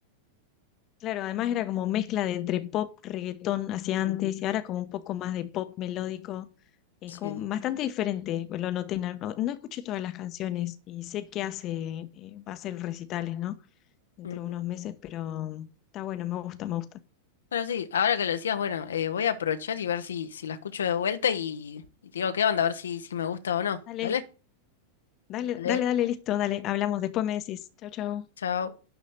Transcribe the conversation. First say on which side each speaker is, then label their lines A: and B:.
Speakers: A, on the left; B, on the left.
A: Claro, además era como mezcla de entre pop, reggaetón hacia
B: Ujú.
A: antes y ahora como un poco más de pop melódico. Es
B: Sí.
A: como
B: sí.
A: bastante diferente, pues, lo noté. en No, no escuché todas las canciones y sé que hace, eh, va a hacer recitales, ¿no? Dentro
B: Ujú.
A: de unos meses, pero mm, está bueno, me gusta, me gusta.
B: Pero sí, ahora que lo decías, bueno, eh, voy a aprovechar y ver si, si la escucho de vuelta y, y te digo qué onda, a ver si, si me gusta o no.
A: Dale,
B: Dale,
A: dale,
B: dale,
A: dale, dale, listo, dale, hablamos, después me decís. Chau, chau.
B: chao.